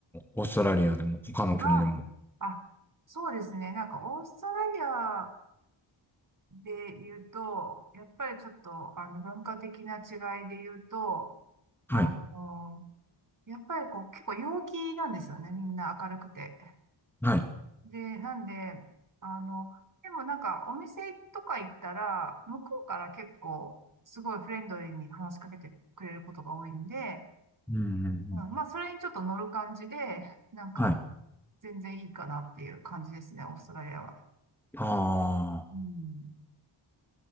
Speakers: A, in the centre; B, on the right.
A: オーストラリアでも、他の国でも。
B: あ、あ、そうですね。なんか、オーストラリアで言うと、やっぱりちょっと、あの、文化的な違いで言うと、あの、
A: はい、
B: やっぱりこう、結構陽気なんですよね、みんな明るくて。
A: はい。
B: で、なんで、あの、でもなんかお店とか行ったら、向こうから結構、すごいフレンドリーに話しかけてくれることが多いんで、
A: うん、うんうん、
B: うん、まあ、それにちょっと乗る感じで、なんか、
A: はい。
B: 全然いいかなっていう感じですね、オーストラリアは。
A: ああ、
B: うん。